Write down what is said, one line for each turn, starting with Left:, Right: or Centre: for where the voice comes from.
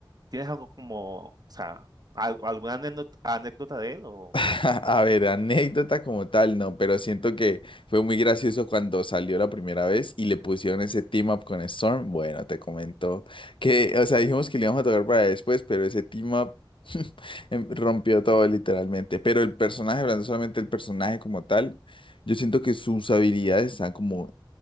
Right: ¿Tienes algo como, o sea, al- alguna anécdota, anécdota de él o qué?
Left: <laughs> A ver, anécdota como tal, no, pero siento que fue muy gracioso cuando salió la primera vez y le pusieron ese team up con Storm. Bueno, te comento que, o sea, dijimos que le íbamos a tocar para después, pero ese team up <laughs> em, rompió todo literalmente. Pero el personaje, hablando solamente del personaje como tal, yo siento que sus habilidades están como